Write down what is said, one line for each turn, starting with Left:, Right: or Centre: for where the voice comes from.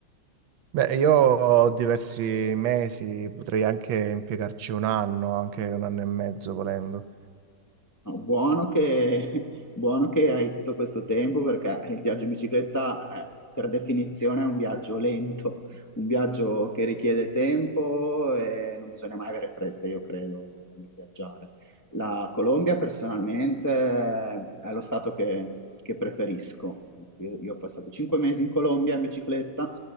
Right: Beh, io ho diversi mesi, potrei anche impiegarci un anno, anche un anno e mezzo volendo.
Left: No, Buono che, <laughs> buono che hai tutto questo tempo perché il viaggio in bicicletta, eh, per definizione, è un viaggio lento, un viaggio che richiede tempo e non bisogna mai avere fretta, io credo, nel viaggiare. La Colombia, personalmente, eh, è lo stato che, che preferisco. Ecco, Io, io ho passato cinque mesi in Colombia in bicicletta